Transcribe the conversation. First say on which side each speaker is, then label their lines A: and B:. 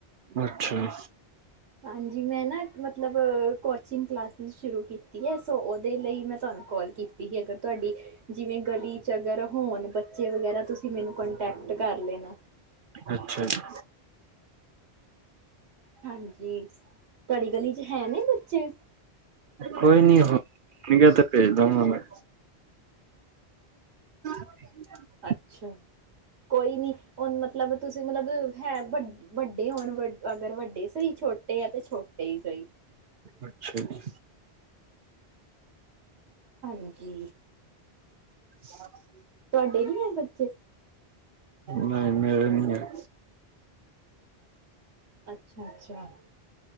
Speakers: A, on the right; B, on the right.
A: ਅੱਛਾ।
B: ਹਾਂਜੀ, ਮੈਂ ਨਾ, ਮਤਲਬ ਕੋਚਿੰਗ ਕਲਾਸਿਸ ਸ਼ੁਰੂ ਕੀਤੀ ਹੈ ਸੋ ਦੇ ਲਈ ਮੈਂ ਤੁਹਾਨੂੰ ਕੋਲ ਕੀਤੀ ਸੀ ਅਗਰ, ਤੁਹਾਡੀ ਜਿਵੇਂ ਗਲੀ 'ਚ ਅਗਰ ਹੋਣ ਬੱਚੇ ਵਗੈਰਾ ਤੁਸੀਂ ਮੈਨੂੰ ਕੰਟੈਂਕਟ ਕਰ ਲੈਣਾ।
A: ਅੱਛਾ ਜੀ।
B: ਹਾਂਜੀ, ਤੁਹਾਡੀ ਗਲੀ 'ਚ ਹੈ ਨਹੀ ਬੱਚੇ
A: ਕੋਈ ਨੀ, ਹੋਣਗੇ ਤੇ ਭੇਜ ਦਵਾਂਗਾ ਮੈਂ। <inaudible>
B: ਅੱਛਾ ਕੋਈ ਨੀ, ਹੁਣ ਮਤਲਬ ਤੁਸੀਂ ਮਤਲਬ ਹੈ ਵੱ ਵੱਡੇ ਹੋਣ ਵ ਅਗਰ ਵੱਡੇ ਸਹੀ ਛੋਟ ਛੋਟੇ ਆ ਤੇ ਛੋਟੇ ਹੀ ਸਹੀ
A: ਅੱਛਾ ਜੀ
B: ਹਾਂਜੀ
A: <inaudible>
B: ਤੁਹਾਡੇ ਨੀ ਹੈ ਬੱਚੇ
A: ਨਹੀਂ, ਮੇਰੇ ਨਹੀਂ ਹੈ।
B: ਅੱਛਾ, ਅੱਛਾ